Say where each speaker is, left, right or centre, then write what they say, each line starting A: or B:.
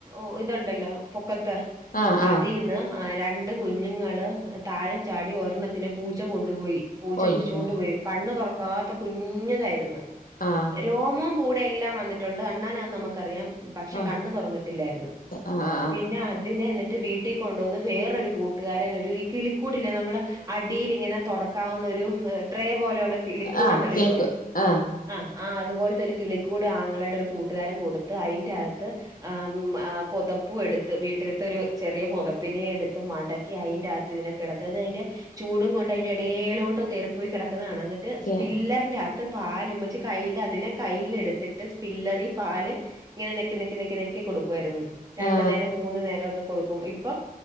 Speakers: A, on the right; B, on the left.
A: ഒര് ഇതുണ്ടല്ലോ പൊക്കത്ത്
B: ആ
A: അതീന്ന്
B: ആ
A: രണ്ട് കുഞ്ഞുങ്ങള് താഴെ ചാടി ഒരണത്തിനെ പൂച്ച കൊണ്ടുപോയി പൂച്ച
B: ഒയ്യോ
A: പിടിച്ചോണ്ട് പോയി.. കണ്ണ് തൊറക്കാത്ത കുഞ്ഞുതായിരുന്നു
B: ആ
A: രോമം. പൂടെ എല്ലാം വന്നിട്ടുണ്ട് അണ്ണാനന്ന് നമുക്കറിയാം. പക്ഷെ
B: ആ
A: കണ്ണ് തൊറന്നിട്ടില്ലായിര്ന്നു.
B: ആ ആ
A: പിന്നെ അതിനെ എന്നിട്ട് വീ.. ട്ടീ കൊണ്ടുവന്ന് വേറൊരു കൂട്ടുകാരൻ ഒരു ഈ കിളി കു. കൂടില്ലെ നമ്മളെ അടിൽ ഇങ്ങനെ തൊറക്കാവുന്ന ഒരു ട്രേ പോലെയുള്ള.. കിളിക്കൂട്
B: ആ
A: ഉണ്ടല്ലോ
B: കേൾക്കും
A: ഇപ്പം..
B: ആ
A: ആഹ് അതുപോല്ത്തെ ഒരു കിളിക്കൂട് ആങ്ങളയുടെ ഒരു കൂട്ടുകാരൻ കൊടുത്ത് അയ്ന്റെകത്ത്.. ആഹ് പൊതപ്പു എടുത്ത് വീട്ടിൽത്തെ ഒരു ചെറീയ പൊതപ്പിനെ എടുത്ത് മടക്കി അയ്ന്റ അത്ത് ഇതിനെ. കെടത്ത ഇന്നട്ട് അയ്ന്റെ ചൂടും കൊണ്ട് അയ്ന്റെ എടേലോട്ട് കേറിപ്പോയി കെടക്കുന്നത് കാണാം എന്നിട്ട്
B: കേ
A: സ്പ്പില്ലർ.. കത്ത് പാലും ഉമച്ച് കയ്യിൽ അതിനെ കൈൽ എടുത്തിട്ട് സ്പില്ലറി പാല്. ഇങ്ങനെ നെക്കി നെക്കി നെക്കി നെ.. കൊടുക്കുമായിരുന്നു രണ്ടു
B: ആ
A: നേരം മൂന്നു നേരം ഒക്കെ കൊടുക്കും ഇപ്പം